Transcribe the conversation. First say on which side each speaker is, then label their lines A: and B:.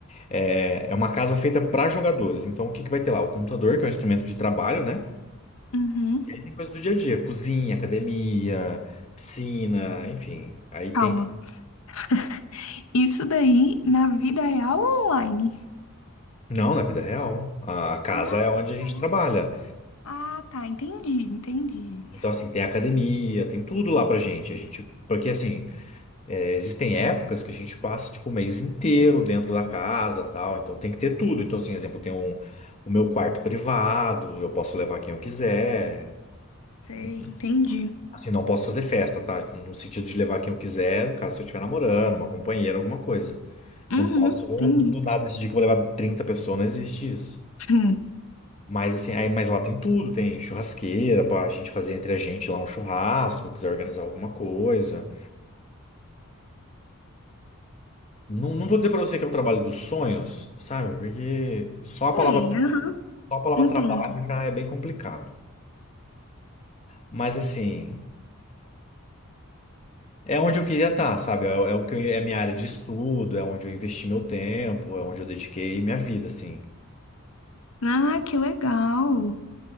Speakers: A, on the left; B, on the left.
A: É, é uma casa feita para jogadores. Então o que que vai ter lá? O computador, que é um instrumento de trabalho, né?
B: Uhum.
A: E aí tem coisa do dia a dia, cozinha, academia, piscina, enfim. Aí tem
B: Calma. <laughs> Isso daí na vida real ou online?
A: Não, na vida real. A casa
B: Ah,
A: é onde a gente
B: tá.
A: trabalha.
B: Ah, tá. Entendi, entendi.
A: Então, assim, tem academia, tem tudo lá pra gente. A gente, porque assim, é, existem épocas que a gente passa tipo o mês inteiro dentro da casa, tal. Então tem que ter tudo. Então, assim, exemplo, tem um, o meu quarto privado, eu posso levar quem eu quiser.
B: Sei,
A: Enfim,
B: entendi.
A: assim, não posso fazer festa, tá? No sentido de levar quem eu quiser, no caso se eu estiver namorando, uma companheira, alguma coisa.
B: Uhum,
A: Não posso
B: entendi.
A: do nada decidir que vou levar 30 pessoas, não existe isso.
B: <laughs>
A: Mas assim, aí, mas lá tem tudo, tem churrasqueira pra gente fazer entre a gente lá um churrasco, quiser organizar alguma coisa. Não, não vou dizer pra você que é o trabalho dos sonhos, sabe? Porque só a
B: Sei,
A: palavra,
B: aham,
A: só a palavra
B: entendo.
A: trabalho já é bem complicado. Mas assim, é onde eu queria estar, sabe? É, é o que eu- é minha área de estudo, é onde eu investi meu tempo, é onde eu dediquei minha vida, assim.
B: Ah, que legal.